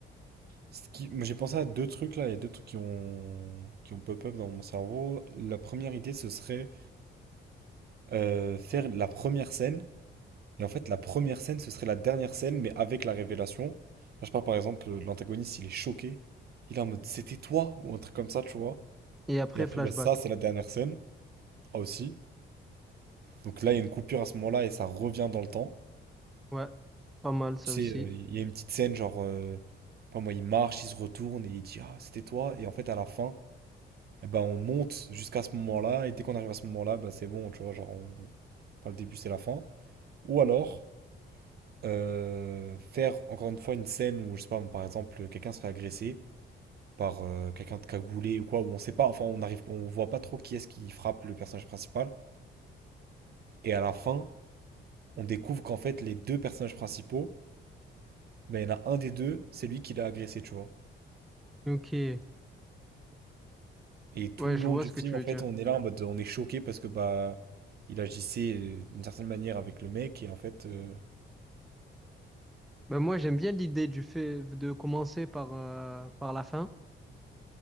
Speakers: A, on the right; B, in the centre.
A: Ce qui... moi, J'ai pensé à deux trucs là, il y a deux trucs qui ont, qui ont pop-up dans mon cerveau. La première idée, ce serait euh, faire la première scène. Et en fait, la première scène, ce serait la dernière scène, mais avec la révélation. Là, je parle par exemple, euh, l'antagoniste, il est choqué. Il est en mode, c'était toi, ou un truc comme ça, tu vois.
B: Et après,
A: Et après,
B: flashback.
A: bah, ça, c'est la dernière scène, aussi. Donc là, il y a une coupure à ce moment-là, et ça revient dans le temps.
B: Ouais, pas mal ça
A: Tu
B: aussi.
A: sais, euh, il y a une petite scène, genre, euh, je sais pas moi, il marche, il se retourne, et il dit, ah, c'était toi. Et en fait, à la fin, eh ben, on monte jusqu'à ce moment-là, et dès qu'on arrive à ce moment-là, bah, c'est bon, tu vois, genre, on... enfin, le début, c'est la fin. Ou alors, Euh, faire encore une fois une scène où, je sais pas, par exemple, quelqu'un se fait agresser par euh, quelqu'un de cagoulé ou quoi, où on sait pas, enfin, on arrive, on voit pas trop qui est-ce qui frappe le personnage principal. Et à la fin, on découvre qu'en fait, les deux personnages principaux, ben, il y en a un des deux, c'est lui qui l'a agressé, tu vois.
B: Ok,
A: Et tout
B: ouais,
A: le
B: je
A: long
B: vois
A: du
B: ce
A: film,
B: que tu veux
A: en fait,
B: dire.
A: on est là en mode, on est choqué parce que, bah, il agissait euh, d'une certaine manière avec le mec et en fait, euh,
B: Ben moi, j'aime bien l'idée du fait de commencer par, euh, par la fin.